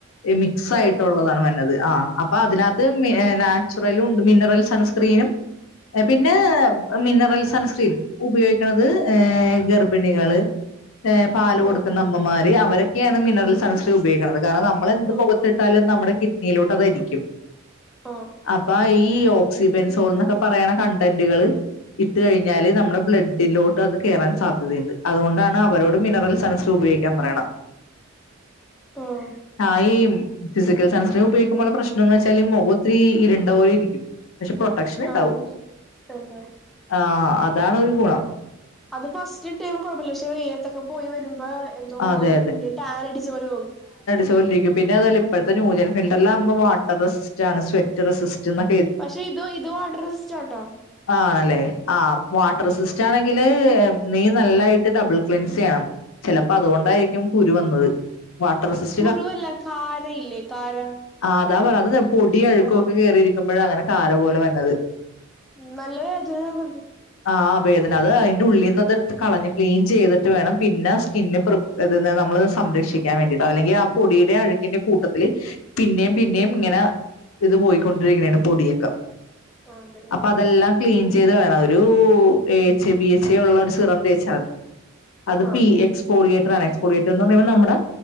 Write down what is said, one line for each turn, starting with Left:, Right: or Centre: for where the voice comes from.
Left: ഏഹ് മിക്സ്
Centre: ചേർന്നതല്ലേ
Left: ആയിട്ടുള്ളതാണ് നല്ലത് ആഹ് അപ്പ അതിനാത് ഇത് മി ഏഹ് നാച്ചുറലും ഉണ്ട് മിനറൽ സൺസ്ക്രീനും ഏഹ് പിന്നേ മിനറൽ സൺസ്ക്രീൻ ഉപയോഗിക്ക്ണത് ഏഹ് ഗർഭിണികള് ഏഹ് പാലു കൊടുക്കുന്ന
Centre: ആഹ്
Left: അമ്മമാര് അവരെ ക്കെയാണ് മിനറൽ സൺസ് ഉപയോഗിക്കുന്നത് കാരണം നമ്മളെന്ത്
Centre: ആഹ്
Left: മുഖത്തിട്ടാലും
Centre: ആഹ്
Left: നമ്മുടെ കിഡ്നിയിലോട്ട് അതരിക്കും
Centre: ആഹ്
Left: അപ്പ ഈഹ് ഓഹ് സിബെൻസോൾന്നൊക്കെ പറയ്ണ കണ്ടന്റ്കള് ഇട്ട് കഴിഞ്ഞാല് നമ്മളെ ബ്ലഡ്ലോ ട്ട് അത് കേറാൻ സാധ്യത ഇണ്ട്. അതുകൊണ്ടാണ് അവരോടും
Centre: ആഹ്
Left: മിനറൽ സൺസ് ഉപയോഗിക്കാൻ പറയണം..
Centre: ഓഹ്
Left: ആഹ് ഈ ഫിസിക്കൽ സൺസ്ക്രീമ് ഉപയോഗിക്കുമ്പോള്ള പ്രശ്നംന്ന് വെച്ചാല് മുഖ ഒത്തിരി ഇരുണ്ട പോലെ ഇരിക്കും. പക്ഷെ പ്രൊട്ടക്ഷൻ ഉണ്ടാവും
Centre: ആഹ് എന്താവും
Left: ആഹ് അതാണൊരു ഗുണം
Centre: അത് ഫസ്റ്റിട്ട് കൊഴപ്പല്ല പക്ഷെ വെയിലത്തൊക്കെ പോയി വരുമ്പോ ത്തും
Left: അതെ
Centre: മുഖവും പിന്നെ ട്ടാനടിച്ച പോലെ തോന്നും.
Left: ചോ <unintelligible> പിന്നെ അതുവല്ല ഇപ്പഴത്തെ ന്യൂജനും ഫിൽറ്ററിൽ ആകുമ്പോ വാട്ടർ റസിസ്റ്റാണ് സ്വെറ്റ് റസിസ്റ്റന്ന്
Centre: പക്ഷെ ഇതു ഇതു വാട്ടർ സിസ്റ്റാട്ടാ.
Left: ആണല്ലേ ആഹ് വാട്ടർ സിസ്റ്റാണെങ്കില് നീ നല്ലായിട്ട് ഡബിൾ ക്ലിൻസ് ചെയ്യണം. അപ്പതുകൊണ്ടായിരിക്കും കുരു വന്നത്. വാട്ടർ റെസിസ്
Centre: കുരുവല്ല കാര ഇല്ലേ കാര
Left: ആഹ് ആതാ പറാ അത് ഇത് പൊടി അഴുക്കൊക്കെ
Centre: ആഹ്
Left: കേറി ഇരിക്കുമ്പഴാ അങ്ങനെ കാല പോലെ വര്ന്നത്
Centre: ന്നല്ല വേദനെന്ന്ണ്ട്.
Left: ആഹ് വേദന അത് അയിന്റെ ഉള്ളീന്ന് അതെടുത്ത് കളഞ്ഞ് ക്ലീൻ ചെയ്തിട്ട് വേണം പിന്ന സ്കിന്ന് പ്രി ഇത് എന്ത നമ്മള് സംരക്ഷിക്കാൻ വേണ്ടിട്ട് അല്ലെങ്കി ആ പൊടിയുടേം അഴുക്കിന്റെയും കൂട്ടത്തില് പിന്നെയും പിന്നെയും ഇങ്ങനെ ഇത് പോയിക്കൊണ്ടിര്ക്ക്ണേണെ പൊടിയൊക്ക.
Centre: ആഹ് അതെല്ലേ
Left: അപ്പ അതെല്ലാം ക്ലീൻ ചെയ്ത് കളയണം ഒരൂ A H A B H A ഉള്ള ഒരു സിറം തേച്ചാ മതി അത്
Centre: ആഹ്
Left: പി എക്സ്പോളിയേറ്ററാണ്, എക്സ്പോളിയേറ്റർന്ന് പറയുമ്പോ നമ്മുടെ